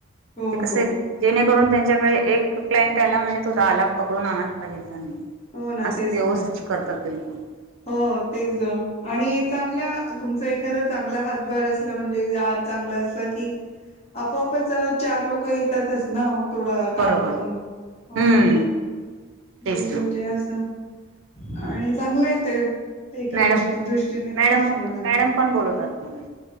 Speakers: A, on the left (about 30°); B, on the right (about 70°).
A: हो
B: ते कसं
A: हो
B: जेणेकरून त्यांच्याकडे एक क्लाइंट आला म्हणजे तो दहाला पकडून आणायला पाहिजे त्यांनी.
A: हो ना
B: असं
A: तेच
B: व्यवस्थित
A: ना,,
B: करतात बिलकुल.
A: हो तेच, आणि चांगल्या तुमचा एखादा चांगला हातभार असला म्हणजे,, हात चांगला असला कि आपोआपच चार लोकं येतातच ना काम
B: बरोबर
A: बघून, हो.
B: हम्म तेच
A: तेज म्हणज
B: ना.
A: असं, आणि चांगलं आहे ते एका
B: मॅडम
A: गोष्ट दृष्टीने,
B: मॅडम
A: हां बोला न.
B: मॅडम पण बोलवतात मला.